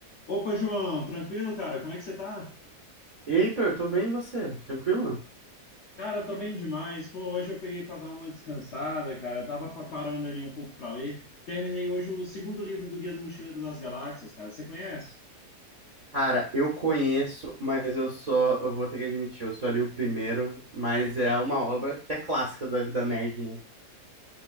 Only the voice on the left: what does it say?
Opa, João, tranquilo, cara? Como é que você tá?
Cara, tô bem demais. Pô, hoje eu peguei para dar uma descansada, cara. Eu tava pa- parando ali um pouco para ler. Terminei hoje o segundo livro do Guia do Mochileiro das Galáxias, cara. Você conhece?